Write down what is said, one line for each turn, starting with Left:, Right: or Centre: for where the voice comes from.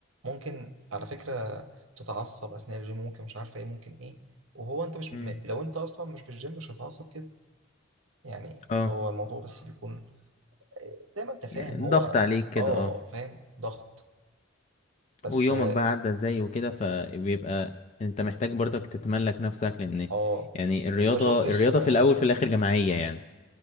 Right: ممكن على فكره تتعصب اثناء الجيم ممكن مش عارفه ايه ممكن ايه وهو انت مش م-
Left: امم
Right: لو انت اصلا مش في الجيم مش هتتعصب كده يعني
Left: اه
Right: هو الموضوع بس بيكون آه، زي ما انت فاهم
Left: يعني
Right: هو
Left: ضغط عليك كده
Right: اه
Left: اه
Right: فاهم ضغط بس
Left: ويومك
Right: اه
Left: بقى عدى ازاي وكده فبيبقى انت محتاج برضك تتملك نفسك لأن
Right: آه،
Left: يعني الرياضة
Right: انت ما شفتش
Left: الرياضة
Right: آه،
Left: في الأول في الآخر جماعية يعني